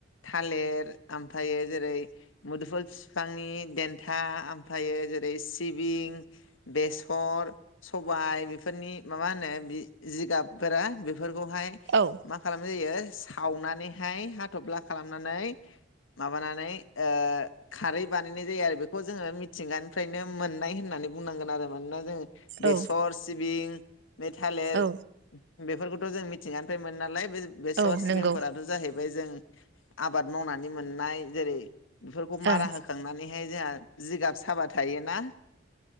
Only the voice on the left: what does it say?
थालिर ओमफ्रायो जेरै मुदुफुल बिफांनि देन्था ओमफ्रायो जेरै सिबिं बेसर सबाय बेफोरनि माबा होनो जिगाब फोरा बेफोरखौहाय
मा खालामनाय जायो सावनानैहाय हाथब्ला खालामनानै माबानानै ओ खारै बानायनाय जायो आरो बेखौ जोङो मिथिंगानिफ्रायनो मोननाय होननानै बुंनांगोन आरो मानोना जोङो बेसर
सिबिं बे थालेर
बेफोरखौथ जों मिथिंगानिफ्राय मोनो नालाय। बेसर
सिबिंफोराथ
जाहैबाय जों आबाद मावनानै मोननाय जेरै बेफोरखौ मारा
होखांनानैहाय जोंहा जिगाब साबा थायोना